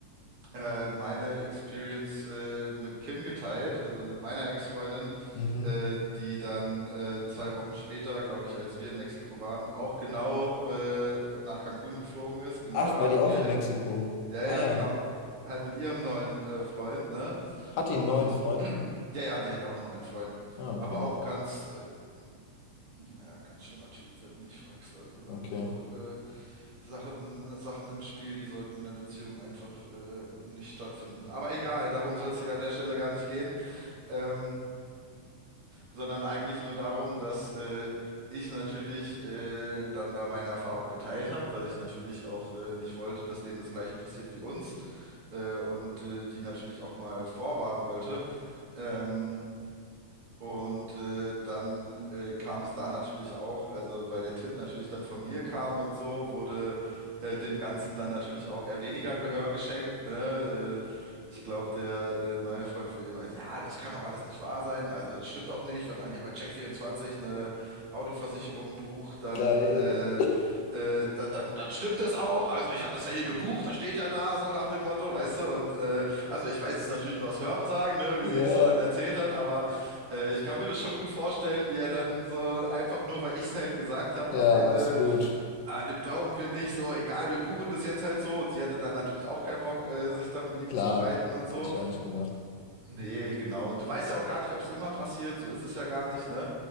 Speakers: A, on the right (about 45°); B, on the left (about 80°).
A: äh, meine Experience äh, mit Kim geteilt, also mit meiner Ex-Freundin,
B: Mhm.
A: äh, die dann äh, zwei Wochen später, glaube ich, als wir in Mexiko waren, auch genau äh, nach Cancun geflogen ist, genau
B: Ach,
A: da,
B: war die
A: wo
B: auch
A: wir
B: in
A: hin.
B: Mexiko?
A: Ja,
B: Ah
A: ja,
B: ja.
A: genau. Halt mit ihrem neuen äh, Freund, ne?
B: Hat die
A: Und
B: einen neuen Freund?
A: ja, ja, die hat auch einen neuen Freund.
B: Ah, okay.
A: Aber auch ganz, äh, naja, ganz schlimmer Typ, wenn du mich fragst. Also da
B: Okay.
A: sind auch äh, Sachen, Sachen im Spiel, die sollten in der Beziehung einfach äh, nicht stattfinden. Aber egal, darum soll es hier an der Stelle gar nicht gehen, ähm, sondern eigentlich nur darum, dass äh, ich natürlich äh, dann da meine Erfahrung geteilt habe, weil ich natürlich auch äh, nicht wollte, dass denen das Gleiche passiert wie uns äh, und äh, die natürlich auch mal vorwarnen wollte. Ähm, und äh, dann äh, kam es da natürlich auch, also weil der Tipp natürlich dann von mir kam und so, wurde äh, dem Ganzen dann natürlich auch eher weniger Gehör geschenkt, ne? Äh, ich glaube, der äh, neue Freund von ihm, meinte, ja, das kann auch alles nicht wahr sein. Also das stimmt auch nicht. Wenn man hier bei Check24 eine Autoversicherung bucht, dann,
B: Geil.
A: äh, äh, dann, dann, dann stimmt das auch. Also ich habe das ja hier gebucht, da steht ja da so nach dem Motto, weißt du. Und äh, also ich weiß es natürlich nur aus Hörensagen, ne, wie
B: Ja,
A: sie das so dann erzählt hat, aber äh, ich kann mir das schon gut vorstellen, wie er dann so einfach nur, weil ich es halt gesagt habe,
B: ja,
A: am Ende
B: absolut.
A: ah, dem glauben wir nicht, so, egal, wir buchen das jetzt halt so. Und sie hatte dann natürlich auch keinen Bock, äh, sich da mit ihm
B: Klar.
A: zu streiten und so.
B: Hätte ich auch nicht gemacht.
A: Nee, genau. Und du weißt ja auch gar nicht, ob es immer passiert, so ist es ja gar nicht, ne?